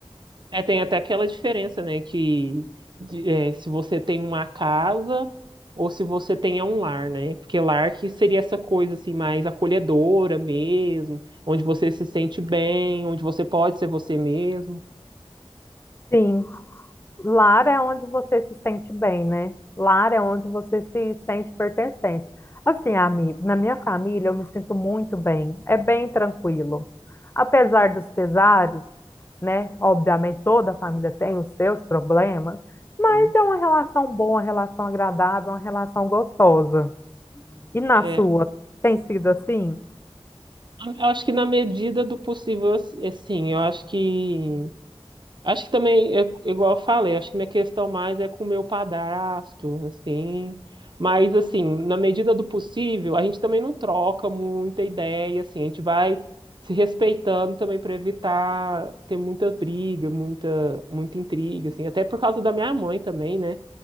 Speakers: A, on the right; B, on the left.
A: É, tem até aquela diferença, né, que de- é, se você tem uma casa ou se você tem um lar, né? Porque lar que seria essa coisa assim mais acolhedora mesmo, onde você se sente bem, onde você pode ser você mesmo.
B: Sim. Lar é onde você se sente bem, né? Lar é onde você se sente pertencente. Assim, amigo, na minha família eu me sinto muito bem, é bem tranquilo. Apesar dos pesares, né? Obviamente toda família tem os seus problemas, mas
A: Sim.
B: é uma relação boa, uma relação agradável, uma relação gostosa. E na
A: É,
B: sua, tem sido assim?
A: eu acho que na medida do possível, assim, eu acho que acho que também é igual eu falei, acho que minha questão mais é com o meu padrasto, assim, mas assim, na medida do possível, a gente também não troca muita ideia, assim, a gente vai se respeitando também para evitar ter muita briga, muita muita intriga, assim, até por causa da minha mãe também, né?